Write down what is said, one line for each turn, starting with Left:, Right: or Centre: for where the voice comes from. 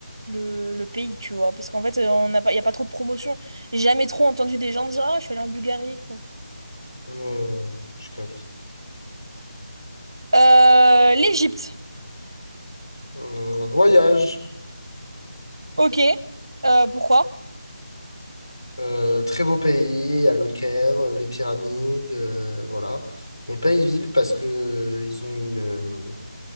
Right: le, le pays, tu vois, parce qu'en fait, euh, on n'a pas, y a pas trop de promotion. J'ai jamais trop entendu des gens dire, ah, je suis allée en Bulgarie. quoi.
Left: ouais, je capte.
Right: Euh, l'Égypte,
Left: Hum, voyage.
Right: ok. Euh, pourquoi?
Left: Euh, très beau pays, à Le Caire, euh, les pyramides, euh, voilà. Mais pas y vivre parce que euh, ils ont une. euh,